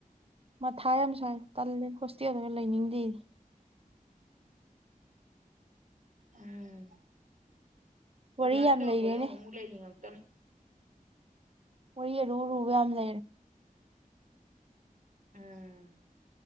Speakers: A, on the right (about 40°); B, on the right (about 60°).
A: ꯃꯊꯥ ꯌꯥꯝ ꯁꯥꯏ ꯇꯜꯂꯦ ꯍꯣꯁꯇꯦꯜꯗꯒ ꯂꯩꯅꯤꯡꯗꯦ
B: ꯎꯝ
A: ꯋꯥꯔꯤ
B: ꯑꯗꯨꯃꯥꯢ
A: ꯌꯥꯝ
B: ꯇꯧꯔꯛꯄꯗꯨꯗ
A: ꯂꯩꯔꯦꯅꯦ
B: ꯑꯃꯨꯛ ꯂꯩꯅꯤꯉꯛꯇꯝꯅꯤ <inaudible>
A: ꯋꯥꯔꯤ ꯑꯔꯨ ꯑꯔꯨꯕ ꯌꯥꯝ ꯂꯩꯔꯦ
B: ꯑꯥꯥ